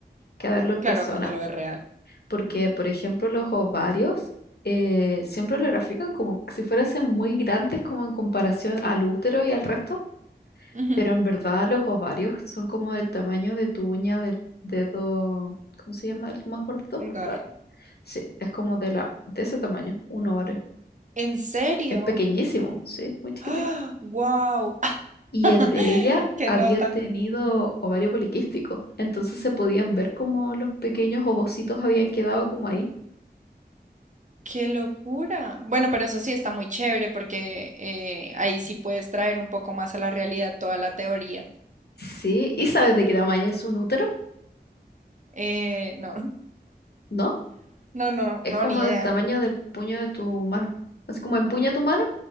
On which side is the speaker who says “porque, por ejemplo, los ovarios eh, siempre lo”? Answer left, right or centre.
Left